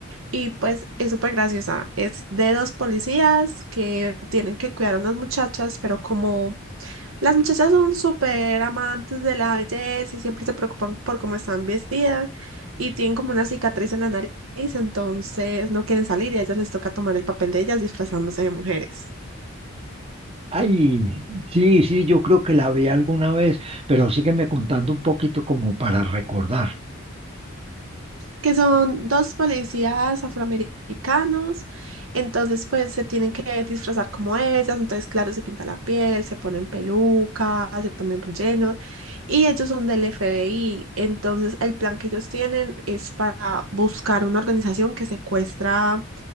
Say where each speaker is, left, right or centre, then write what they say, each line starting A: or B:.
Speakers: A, on the right; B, on the right.
A: Y pues es súper graciosa. Es de dos policías que tienen que cuidar a unas muchachas, pero como Las muchachas son súper amantes de la belleza y siempre se preocupan por cómo están vestidas y tienen como una cicatriz en la nariz, entonces no quieren salir y a ellas les toca tomar el papel de ellas disfrazándose de mujeres,
B: Ay, sí, sí, yo creo que la vi alguna vez, pero sígueme contando un poquito como para recordar.
A: que son dos policías afroamericanos, entonces pues se tienen que disfrazar como ellas, entonces claro, se pinta la piel, se ponen pelucas, se ponen rellenos y ellos son del FBI, entonces el plan que ellos tienen es para buscar una organización que secuestra